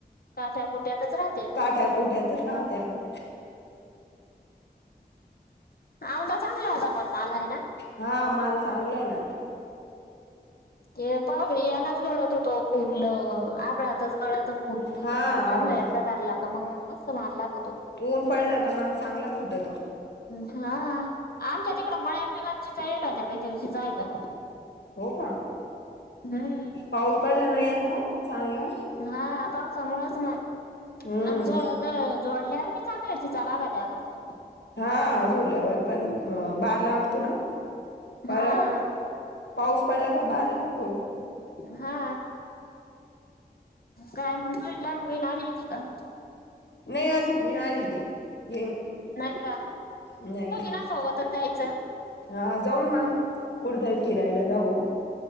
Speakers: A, on the left; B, on the left.
A: काट्या कुट्यातच राहतेय.
B: काट्या कुट्यातच राहत्यानं.
A: औंदा चांगला होता, पण माल आहे ना
B: हा माल चांगलाय ना.
A: ते बाभळी यांनाच गळत होतो पुढलं आभाळतच गळला तर फुल नाही
B: हा
A: तर मग चांगलं
B: आबडात
A: हाय, एकदा धरला तर मग मस्त मालदार होतो.
B: ऊन पडलं का मग चांगलं फुटतं.
A: हा आमच्या तिकडं मळ्यात बी <unintelligible> बाई त्यादिवशी जायला.
B: हो का?
A: हम्म
B: पाऊस पडला ना यंदा? चांगला?
A: हा पाऊस चांगलाच हो
B: हम्म
A: आणि जो आता जोडल्यावर मी चांगला चिंचा लागलं त्याला.
B: हा झुल्यावर पण बार लागतो ना? परत
A: हा
B: पाऊस पडला का बार लागतो
A: हा. काय मंग तुझी लहान बहीण आली होती का?
B: नाही आजूक, नाही आली ती. येईन
A: नाही का?
B: नाही.
A: त्या सोबतच जायचं.
B: हा जाऊन मग. कुठं तरी फिरायला जाऊ.